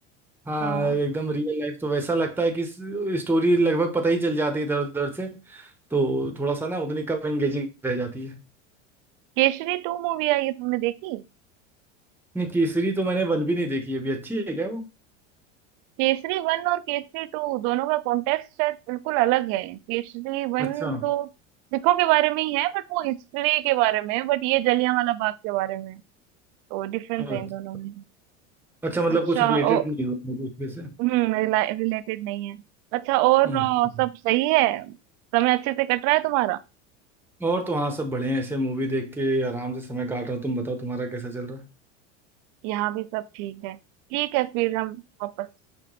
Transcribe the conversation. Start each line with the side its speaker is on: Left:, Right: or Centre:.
Centre: हाँ
Right: हाँ।
Centre: एकदम रियल लाइफ तो वैसा लगता है कि स्टोरी लगभग पता ही चल जाती है इधर उधर से तो थोड़ा सा ना उतनी कम एंगेजिंग रह जाती है
Right: केसरी 2 मूवी आई है तुमने देखी?
Centre: नहीं केसरी तो मैंने वन भी नहीं देखी है अभी अच्छी है क्या वो
Right: केसरी वन और केसरी टू दोनों का कॉन्टेक्स्ट शायद बिल्कुल अलग है केसरी वन
Centre: अच्छा
Right: तो सिखों के बारे में ही है बट वो हिस्ट्री के बारे में है बट ये जलियांवाला बाग के बारे में है तो डिफरेंस
Centre: अच्छा
Right: है इन दोनों में
Centre: अच्छा, मतलब
Right: अच्छा
Centre: कुछ रिलेटेड
Right: ओ
Centre: नहीं हुआ मुझे उसमें से
Right: हम्म रिलेटेड नहीं है अच्छा और
Centre: अच्छा
Right: अ, सब सही है समय अच्छे से कट रहा है तुम्हारा
Centre: और तो हाँ सब बड़े हैं ऐसे मूवी देख के आराम से समय काट रहा हूँ तुम बताओ तुम्हारा कैसा चल रहा है
Right: यहाँ भी सब ठीक है ठीक है फिर हम वापस